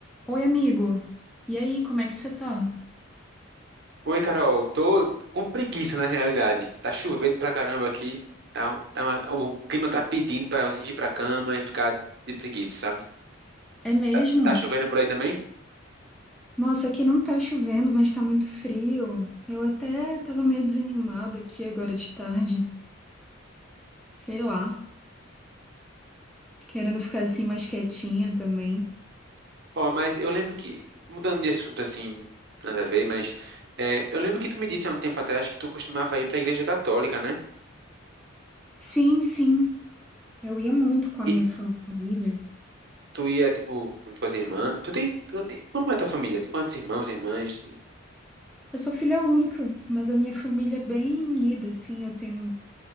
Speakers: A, in the centre; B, on the right.
A: Oi, amigo. E aí, como é que você tá?
B: Oi, Carol. Tô com preguiça na realidade. Tá chovendo pra caramba aqui. Tá, um, tá uma- o clima tá pedindo pra você ir pra cama e ficar de preguiça, sabe?
A: É mesmo?
B: Tá, tá chovendo por aí também?
A: Nossa, aqui não tá chovendo, mas tá muito frio. Eu até tava meio desanimada aqui agora de tarde. Sei lá, querendo ficar assim mais quietinha também.
B: Ó, mas eu lembro que, mudando de assunto assim, nada a ver, mas é, eu lembro que tu me disse há um tempo atrás que tu costumava ir pra igreja católica, né?
A: Sim, sim. Eu ia muito com a
B: E
A: minha família.
B: tu ia, tipo, com tuas irmãs. Tu tem, tu tem- Como é tua família? Tem quantos irmãos, irmãs?
A: Eu sou filha única, mas a minha família é bem unida, assim. Eu tenho,